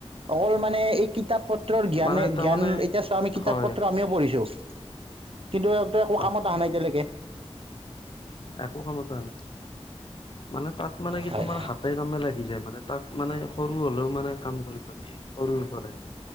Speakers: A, on the right; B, on the left.
A: অকল মানে এই কিতাপ পত্ৰৰ জ্ঞানে
B: মানে তাৰমানে
A: জ্ঞান এতিয়া চোৱা আমি কিতাপ
B: হয়
A: পত্ৰ আমিও পঢ়িছোঁ কিন্তু একো
B: অ
A: কামত অহা নাই এতিয়ালৈকে
B: একো কামত অহা নাই মানে তাত মানে কি
A: হয়।
B: তোমাৰ হাতে কামে লাগি যায় মানে তাত মানে সৰু হ'লেও মানে কাম কৰিব দিয়ে সৰুৰ পৰাই